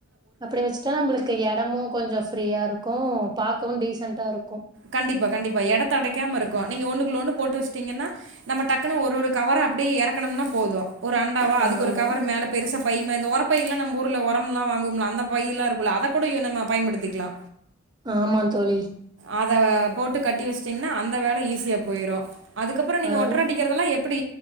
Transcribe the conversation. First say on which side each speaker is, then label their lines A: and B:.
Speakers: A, on the right; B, on the right.
A: அப்பிடி வெச்சுட்டா நம்மளுக்கு எடமு கொஞ்சோ ஃப்ரீயா இருக்கு பாக்கவு டீசென்டா இருக்கு
B: கண்டிப்பா கண்டிப்பா எடத்த அடைக்காம இருக்கு நீங்க ஒண்ணுக்குள்ள ஒண்ணு போட்டு வெச்சிட்டீங்கன்னா நம்ம டக்குன்னு ஒரு ஒரு கவரா அப்டி எறக்கணும்னா போது ஒரு அண்டாவா
A: ஆ
B: அதுக்கு ஒரு
A: ஆமா
B: கவரு மேல பெருசா பை மாரி இந்த ஒர பை எல்லா நம்ப ஊர்ல ஒரம்லா வாங்குவோம்ல அந்த பை எல்லா இரு க்குல்ல அத கூட அ நம்ம பயன்படுத்திக்லா.
A: ஆமாந் தோழி
B: அத போட்டு கட்டி வெச்சுட்டீங்னா அந்த வேல ஈஸியா போயிரு அதுக்கப்புறோ நீங்க
A: ஆ
B: ஒற்ற அடிக்கிறதல்லா எப் பிடி